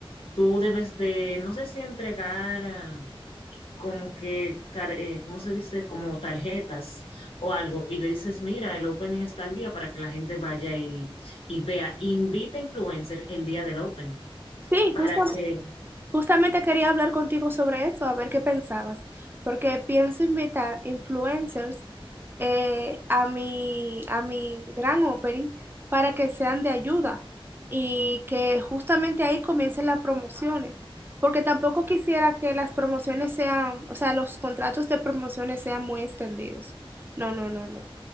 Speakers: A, on the left; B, on the right.
A: Tú debes de, no sé si entregar ah, como que, car- eh, ¿cómo se dice? Como tarjetas o algo. Y le dices, mira, el opening está al día para que la gente vaya y, y vea. Invita a influencer el día del opening
B: Sí,
A: para
B: justo.
A: que...
B: Justamente quería hablar contigo sobre eso, a ver qué pensabas, porque pienso invitar influencers eh, a mi, a mi gran opening para que sean de ayuda y que justamente ahí comiencen las promociones, porque tampoco quisiera que las promociones sean, o sea, los contratos de promociones sean muy extendidos. No, no, no, no.